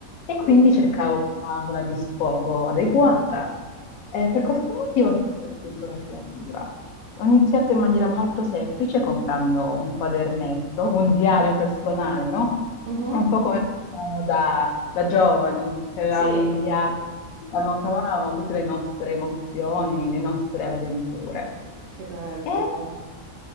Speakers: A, on the left; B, on the right.
A: e quindi
B: sì,
A: cercavo un'aula di sfogo adeguata. Eh, per
B: wow.
A: questo motivo ho fatto la scrittura creativa. Ho iniziato in maniera molto semplice comprando un quadernetto, un diario personale, no?
B: Mhm,
A: Un po' come facciamo da giovani, che avevamo
B: Sì,
A: un diario, annotavamo tutte le nostre emozioni, le nostre avventure.
B: che bello.
A: E